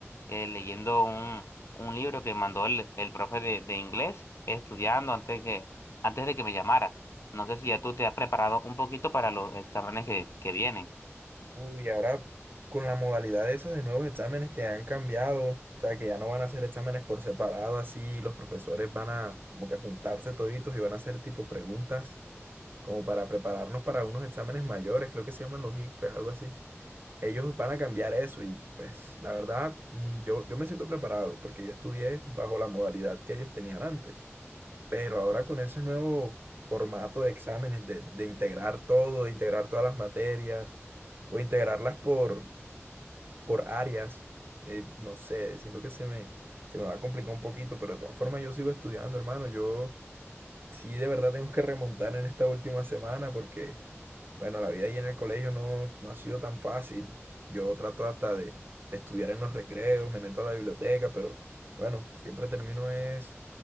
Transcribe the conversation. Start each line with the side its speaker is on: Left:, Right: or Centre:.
Left: eh, leyendo un libro que mandó el, el profe de, de inglés estudiando antes que, antes de que me llamaras. No sé si ya tú te has preparado un poquito para los exámenes que, que vienen.
Right: Uy, ahora con la modalidad esa de nuevos exámenes que han cambiado, o sea, que ya no van a hacer exámenes por separado, así los profesores van a como que juntarse toditos y van a hacer tipo preguntas como para prepararnos para unos exámenes mayores, creo que se llaman los ICFES, algo así. Ellos van a cambiar eso y pues la verdad mm, yo, yo me siento preparado porque yo estudié bajo la modalidad que ellos tenían antes, pero ahora con ese nuevo formato de exámenes, de, de integrar todo, de integrar todas las materias o integrarlas por, por áreas. eh, no sé, siento que se me, se me va a complicar un poquito, pero de todas formas yo sigo estudiando, hermano. Yo sí de verdad tengo que remontar en esta última semana porque, bueno, la vida ahí en el colegio no, no ha sido tan fácil. Yo trato hasta de, de estudiar en los recreos, me meto a la biblioteca, pero bueno, siempre termino es